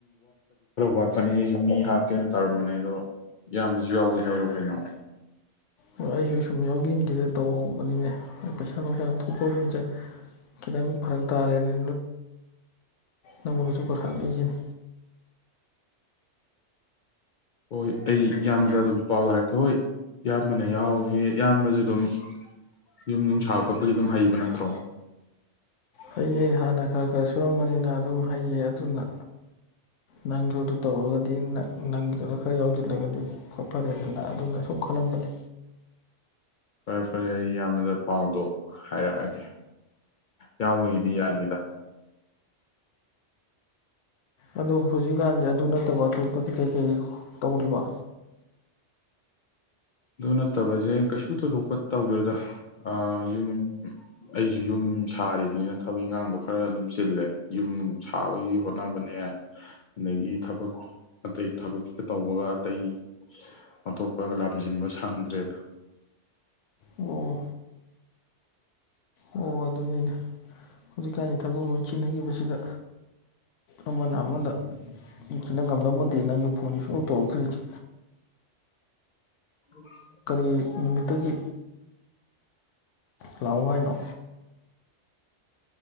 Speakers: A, on the left; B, on the left.
A: ꯋꯥꯠꯄꯅꯦ ꯑꯩꯁꯨ ꯃꯤ ꯍꯥꯞꯀꯦꯅ ꯇꯧꯔꯝꯕꯅꯦ ꯑꯗꯣ ꯏꯌꯥꯝꯕꯁꯨ ꯌꯥꯎꯒꯦ
B: ꯁꯨ ꯌꯥꯎꯦ
A: ꯀꯩꯅꯣ
B: ꯍꯥꯏꯔꯣ ꯀꯩꯅꯣ ꯁꯨꯝ ꯌꯥꯎꯁꯤꯟꯈꯤꯗꯦ ꯇꯧꯕꯧꯕꯅꯤꯅꯦ ꯄꯩꯁꯥ ꯅꯨꯡꯁꯥ ꯁꯐꯝꯁꯦ ꯈꯤꯇꯪ ꯐꯔꯛ ꯇꯥꯔꯛꯦꯅꯦ ꯅꯪꯅꯁꯨ ꯈꯊꯥꯡ ꯂꯩꯁꯤꯅꯤ
A: ꯍꯣꯏ
B: ꯑꯩ
A: ꯏꯌꯥꯝꯕꯗ ꯑꯗꯨꯝ ꯄꯥꯎ ꯍꯥꯏꯔꯛꯀꯦ ꯍꯣꯏ ꯏꯌꯥꯝꯕꯅ ꯌꯥꯎꯒꯦ ꯏꯌꯥꯝꯕꯁꯨ ꯑꯗꯨꯝ ꯌꯨꯝ ꯅꯨꯡ ꯁꯥꯕ ꯈꯣꯠꯄꯒꯤ ꯑꯗꯨꯝ
B: ꯑꯗꯨꯝꯄ
A: ꯍꯩꯕ ꯅꯠꯇ꯭ꯔꯣ
B: ꯍꯩꯌꯦ ꯍꯥꯟꯅ ꯈꯔ ꯈ ꯁꯨꯔꯝꯕꯅꯤꯅ ꯑꯗꯨꯝ ꯍꯩꯌꯦ ꯑꯗꯨꯅ ꯅꯪꯒꯤꯣꯗꯨ ꯇꯧꯔꯒꯗꯤ ꯅꯪꯒꯤꯗꯨꯗ ꯈꯔ ꯌꯥꯎꯁꯤꯜꯂꯒꯗꯤ ꯐꯔꯦꯗꯅ ꯑꯗꯨꯅ ꯁꯨꯝ ꯈꯜꯂꯝꯕꯅꯤ
A: ꯎ ꯐꯔꯦ ꯐꯔꯦ ꯑꯩ ꯏꯌꯥꯝꯕꯗ ꯄꯥꯎꯗꯣ ꯍꯥꯏꯔꯛꯑꯒꯦ ꯌꯥꯎꯕꯒꯤꯗꯤ ꯌꯥꯅꯤꯗ inaudible
B: ꯑꯗꯨꯗ ꯍꯧꯖꯤꯛꯀꯥꯟꯁꯦ ꯑꯗꯨ ꯅꯠꯇꯕ ꯑꯇꯣꯞꯄꯗꯤ ꯀꯩꯀꯩ ꯇꯧꯔꯤꯕ
A: ꯑꯗꯨ ꯅꯠꯇꯕꯁꯦ ꯀꯩꯁꯨ ꯊꯣꯏꯗꯣꯛꯄ ꯇꯧꯗꯣꯏꯗ ꯑ ꯌꯨꯝ ꯑꯩꯁꯨ ꯌꯨꯝ ꯁꯥꯔꯤꯅꯤꯅ ꯊꯕꯛ ꯏꯪꯈꯥꯡꯗꯣ ꯈꯔ ꯑꯗꯨꯝ ꯆꯤꯜꯂꯦ ꯌꯨꯝ ꯁꯥꯕꯒꯤ ꯍꯣꯠꯅꯕꯅꯦ ꯑꯗꯒꯤ ꯊꯕꯛ ꯑꯇꯩ ꯊꯕꯛ ꯇꯧꯕꯒ ꯑꯇꯩ ꯑꯣꯟꯊꯣꯛꯄꯒ ꯪꯗ꯭ꯔꯦꯕ
B: ꯑꯣ ꯑꯣ ꯑꯗꯨꯅꯤꯅꯦ ꯍꯧꯖꯤꯛꯀꯥꯟꯗꯤ ꯊꯕꯛ ꯂꯣꯏꯁꯤꯟꯅꯈꯤꯕꯁꯤꯗ ꯑꯃꯅ ꯑꯃꯅ ꯏꯁꯨꯅꯪꯝꯅꯕꯕꯨꯟꯗꯦ ꯅꯪꯒ ꯀꯁꯨ ꯑꯣ ꯇꯧꯈ꯭ꯔꯖ
A: ꯎ
B: ꯀꯔꯤ ꯅꯨꯃꯤꯠꯇꯒꯤ ꯂꯥꯛꯑꯣ ꯍꯥꯏꯅꯣ